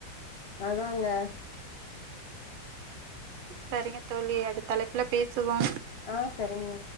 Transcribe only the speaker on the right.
சரிங்க தோழி அடுத் தலைப்புல பேசுவோ